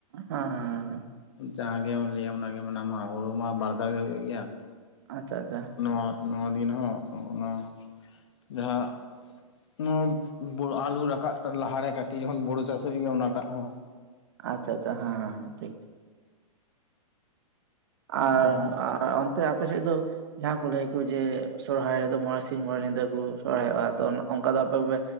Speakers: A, on the right; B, on the left.
A: ᱦᱮᱸ ᱦᱮᱸ ᱻ
B: ᱡᱟᱦᱟᱸ ᱜᱮᱢ ᱞᱟᱹᱭᱟ ᱚᱱᱟ ᱜᱮ ᱢᱮᱱᱟᱢᱟ ᱦᱩᱲᱩ ᱢᱟ ᱵᱟᱨ ᱫᱷᱟᱣ ᱜᱮ ᱦᱩᱭᱩᱜ ᱜᱮᱭᱟ ᱾
A: ᱟᱪᱷᱟ ᱟᱪᱷᱟ ᱾
B: ᱱᱚᱣᱟ ᱱᱚᱣᱟ ᱫᱤᱱ ᱦᱚᱸ ᱚᱱᱟ ᱡᱟᱦᱟ ᱱᱚᱣᱟ ᱵᱩᱞ ᱟᱞᱩ ᱨᱟᱠᱟᱜ ᱞᱟᱦᱟᱨᱮ ᱠᱟᱹᱴᱤᱡ ᱡᱚᱠᱷᱚᱱ ᱵᱳᱲᱳ ᱪᱟᱥ ᱦᱩᱭᱩᱜ ᱜᱮᱭᱟ ᱚᱱᱟᱴᱟᱜ ᱦᱚᱸ
A: ᱟᱪᱷᱟ ᱟᱪᱷᱟ ᱛᱟᱸ ᱦᱸ ᱦᱸ ᱟᱨ
B: ᱚ
A: ᱚᱱᱛᱮ ᱟᱯᱮ ᱥᱮᱜ ᱫᱚ ᱡᱟᱦᱟᱸ ᱠᱚ ᱞᱟᱹᱭ ᱠᱩ ᱡᱮ ᱥᱚᱨᱦᱟᱭ ᱨᱮᱫᱚ ᱢᱚᱬᱮ ᱥᱤᱧ ᱢᱚᱬᱮ ᱧᱤᱫᱟᱹ ᱠᱚ ᱥᱚᱨᱦᱟᱭᱚᱜᱼᱟ ᱛᱚ ᱚᱱᱠᱟ ᱫᱚ ᱟᱯᱮ ᱯᱮ